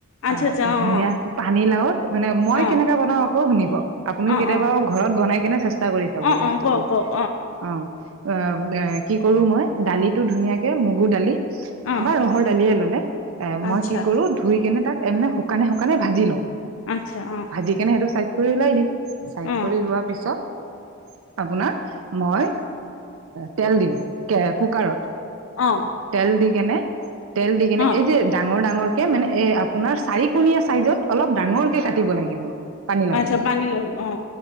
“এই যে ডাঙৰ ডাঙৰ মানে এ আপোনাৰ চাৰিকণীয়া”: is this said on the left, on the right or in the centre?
Right